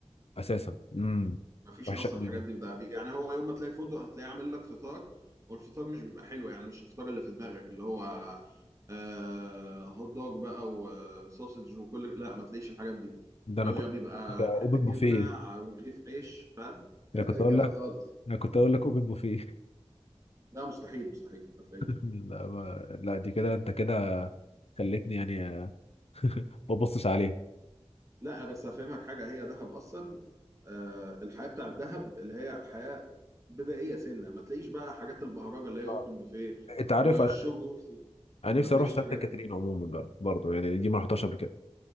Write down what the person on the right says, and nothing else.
مفيش
اصلا
الحاجات
دي في دهب يعني هو يوم ما تلاقي فندق هتلاقيه عامل لك فطار والفطار مش بيبقى حلو يعني مش الفطار اللي في دماغك اللي هو آه هوت دوج بقى وسوسج وكل لا ما تلاقيش الحاجات دي
هو
بيبقى
حته
جبنه ع- ورغيف عيش فاهم
حاجات
اي
كلام
خالص
لا مستحيل مستحيل ما تلاقيش
لا بس هفهمك حاجه هي دهب اصلا آه الحياه بتاعت دهب اللي هي حياه بدائيه سنه ما تلاقيش بقى حاجات البهرجه اللي هي اوبن
بوفيه
والشو
روسي
ما تلاقيش
الحاجات
دي